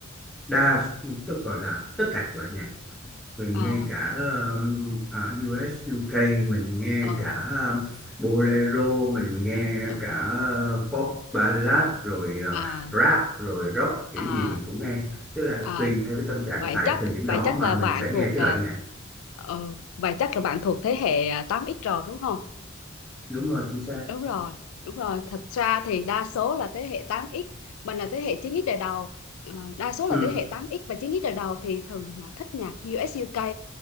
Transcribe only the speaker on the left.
ờ,
ờ,
ờ,
ờ,
ờ,
ờ.
Vậy
chắc
vậy chắc
là
bạn
thuộc
ờ,
ừ, vậy chắc là bạn thuộc thế hệ à, 8X rồi đúng không?
Đúng rồi, đúng rồi. Thật ra thì đa số là thế hệ 8X, mình là thế hệ 9X đời đầu. Ờ, đa số
là thế hệ 8X và 9X đời đầu thì thường là thích nhạc US UK